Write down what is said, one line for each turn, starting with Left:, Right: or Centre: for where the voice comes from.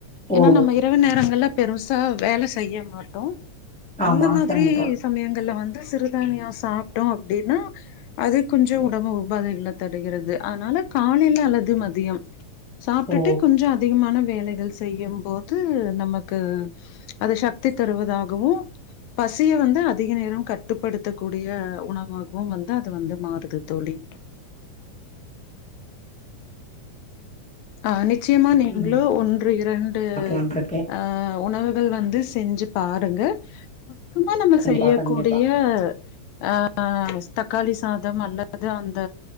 Left: ஏன்னா
Centre: ஓ
Left: நம்ம இரவு நேரங்கள்ல பெருசா வேல செய்ய மாட்டோ
Centre: ஆமா
Left: அந்த மாதிரி
Centre: கண்டிப்பா
Left: சமயங்கள்ல வந்து சிறுதானியோ சாப்ட்டோ அப்டின்னா அது கொஞ்ச உடம்பு உபாதைகள்ள தருகிறது அதனால காலைல அல்லது மதியம் சாப்ட்டுடு
Centre: ஓ
Left: கொஞ்ச அதிகமான வேலைகள் செய்யும் போது நமக்கு அது சக்தி தருவதாகவு பசிய வந்து அதிக நேரம் கட்டுப்படுத்த கூடிய உணவாகவு வந்து அது வந்து மாறுது தோழி ஆ நிச்சியமா நீங்ளு
Centre: ம்
Left: ஒன்று இரண்டு
Centre: பாக்கலான்ட்ருக்கே
Left: அ உணவுகள் வந்து செஞ்சு பாருங்க மொத்தமா நம்ம
Centre: கண்டிப்பா
Left: செய்யக்கூடிய
Centre: கண்டிப்பா
Left: அ ஆ தக்காளி சாதம் அல்லது அந்த